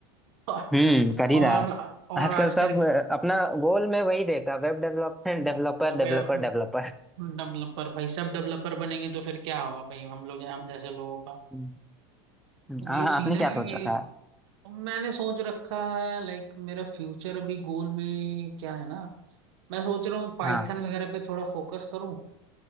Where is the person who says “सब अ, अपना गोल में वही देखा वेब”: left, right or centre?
Centre